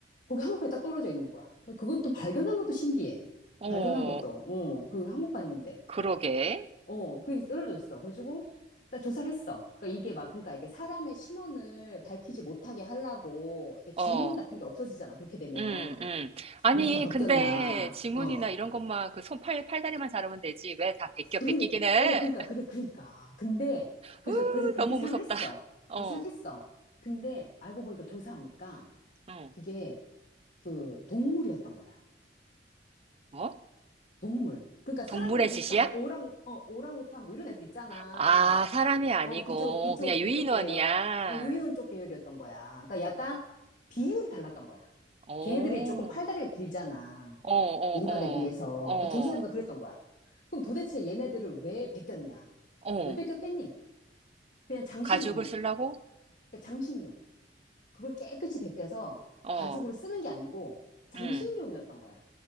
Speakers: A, on the left; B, on the right.
A: 거기 항모판이 딱 떨어져 있는 거야. 그것도 발견한 것도 신기해.
B: 어,
A: 발견한 것도. 어, 그 항모판인데.
B: 그러게.
A: 어, 그게 쓰러졌어. 그래가지고, 나 조사를 했어. 그러니까 이게 막, 그러니까 이게 사람의 신원을 밝히지 못하게 하려고, 이렇게
B: 어,
A: 지문 같은 게 없어지잖아. 그렇게 되면.
B: 음, 음. 아니,
A: 그래서 다 벗겼나.
B: 근데 지문이나
A: 어.
B: 이런 것만 그 손, 팔, 팔다리만 잘하면 되지. 왜 다 베껴
A: 그러니까,
B: 베끼긴 해?
A: 어, 그러니까,
B: <laughs>
A: 그래, 그러니까. 근데, 그래서,
B: 후,
A: 그래서 그렇게
B: 너무
A: 생각을
B: 무섭다.
A: 했어.
B: 어,
A: 그렇게 생각했어. 근데, 알고 보니까 조사하니까,
B: 응.
A: 그게, 그, 동물이었던 거야.
B: 뭐?
A: 동물. 그러니까 사람이랑
B: 동물의
A: 비슷한,
B: 짓이야?
A: 뭐, 오랑우, 어, 오랑우탄, 뭐, 이런 애들 있잖아.
B: 아, 사람이 아니고
A: 어, 그쪽, 그쪽,
B: 그냥 유인원이야.
A: 그쪽 계열. 어, 유인원 쪽 계열이었던 거야. 그러니까 약간 비율이 달랐던 거야.
B: 오,
A: 걔네들이 조금 팔다리가 길잖아.
B: 어, 어,
A: 인간에 비해서.
B: 어. 어,
A: 그 조사해보니까 그랬던 거야. 그럼 도대체 얘네들을 왜 베꼈냐?
B: 어,
A: 왜 베꼈겠니? 그냥 장식용인
B: 가죽을 쓰려고?
A: 거다. 그러니까 장식용. 그걸 깨끗이 베껴서
B: 어,
A: 가죽으로 쓰는 게 아니고 장식용이었던
B: 음.
A: 거야.